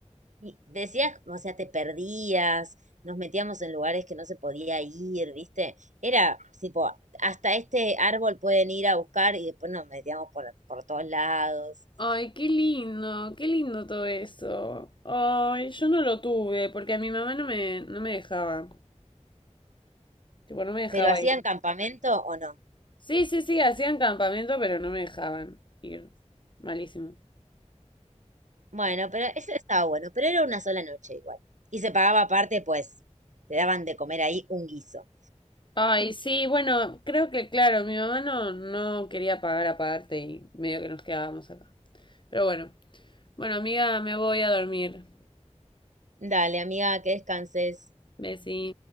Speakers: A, on the right; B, on the left.
A: y decías, o sea, te perdías, nos metíamos en lugares que no se podía ir, ¿viste? Era tipo, hasta este árbol pueden ir a buscar y después nos metíamos por, por todos lados.
B: Ay, qué lindo, qué lindo todo eso. Ay, yo no lo tuve porque a mi mamá no me, no me dejaba. Tipo, no me dejaba
A: ¿Pero hacían
B: ir.
A: campamento o no?
B: Sí, sí, sí, hacían campamento, pero no me dejaban ir. Malísimo.
A: Bueno, pero eso estaba bueno, pero era una sola noche igual. Y se pagaba aparte, pues, te daban de comer ahí un guiso.
B: Ay, sí, bueno, creo que claro, mi mamá no, no quería pagar aparte y medio que nos quedábamos acá. Pero bueno, bueno, amiga, me voy a dormir.
A: Dale, amiga, que descanses.
B: besí